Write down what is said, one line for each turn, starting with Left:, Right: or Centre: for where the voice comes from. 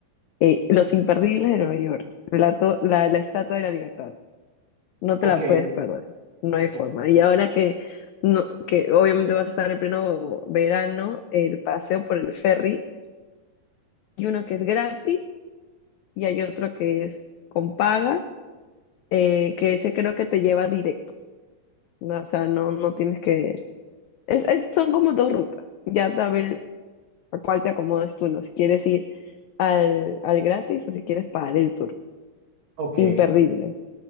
Left: Eh, Los Imperdibles de Nueva York, la, to- la, la Estatua de la Libertad. No te
Right: Ok,
Left: la puedes perder, no hay forma.
Right: o-
Left: Y ahora que, no, que obviamente vas a estar en pleno verano, el paseo por el ferry, hay uno que es gratis y hay otro que es con paga, eh, que ese creo que te lleva directo, ¿no? O sea, no, no tienes que... Es, es- son como dos rutas, ya a ver a cuál te acomodes tú, ¿no? Si quieres ir al, al gratis o si quieres pagar el tour,
Right: ok,
Left: imperdibles.